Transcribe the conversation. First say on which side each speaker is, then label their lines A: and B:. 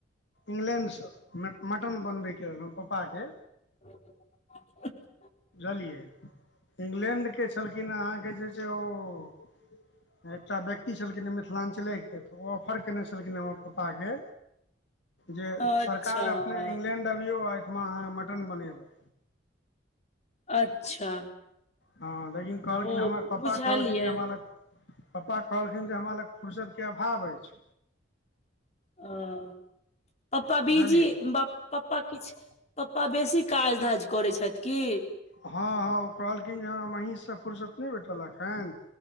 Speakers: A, on the left; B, on the left.
A: इंग्लैण्ड सँ मट्-मटन बनबै के पापाके।
B: <inaudible>
A: एलियै इंग्लैंड के छलखिन आहां के जे ओ एकटा व्यक्ति छलखिन हेँ मिथिलाञ्चलेके तऽ ओ ऑफर केने छलखिने हमर पप्पाके जे
B: अच्छा
A: सरकार अपने इंग्लैंड अबियौ ओई ठमा अहाँ मटन बनेबै।
B: अच्छा।
A: हँ लेकिन कहलखिन
B: ओ
A: हमर पप्पा
B: बुझल
A: कहलखिन
B: ये
A: जे हमरा लग पप्पा कहलखिन जे हमरा लग फुुरसत के अभाव अछि।
B: अऽ, पप्पा बीजी
A: बुझलियै
B: बप पप्पा किछु, पप्पा बेसी काज धाज करैत छथि की?
A: हँ-हँ, ओ कहलखिन जे हमरा महीष सँ फुुरसत नहि भेटलखन अखन।